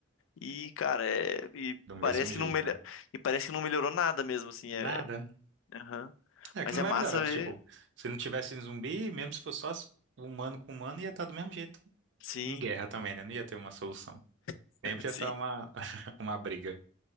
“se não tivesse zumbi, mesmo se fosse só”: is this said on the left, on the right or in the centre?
Right